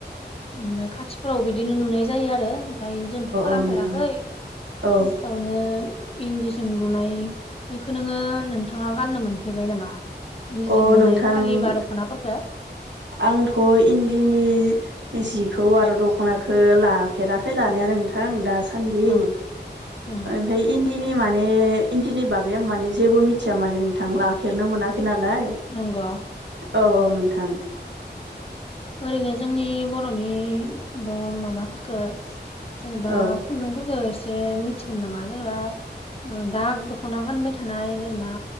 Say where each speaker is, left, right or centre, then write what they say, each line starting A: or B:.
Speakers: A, on the left; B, on the right.
A: ओमफ्राय खाथिफोराव बिदिनो नुनाय जायो आरो ओमफ्राय जोंथ' खालामफेराखै
B: औ नोंथां औ
A: <unintelligible> आवनो इन्दिजों लुनाय बिखौ नोङो नोंथाङा गाननो मोनफेरबाय नामा? इन्दिजों
B: अ
A: लुनाय
B: नोंथां
A: फालि बा दख'नाफोरखो
B: आंथ' इन्दिनि जिखौ आरो दख'ना खो लाफेराखै लानाया नोंथां दासान्दि
A: अ उम
B: ओमफाय इन्दिनि माने इन्दिनि बागै आं माने जेबो मिथिया माने नोंथां लाफेरनो मोनाखै नालाय
A: नोंग
B: औ औ नोंथां
A: ओरैनो जोंनि बर'नि द' माबाफोरखौ जेनेबा
B: औ
A: खुन्दुंफोरखौ एसे मिथिगोन नामा जेनेबा ओ दा दख'ना गानबाय थानाय जेनेबा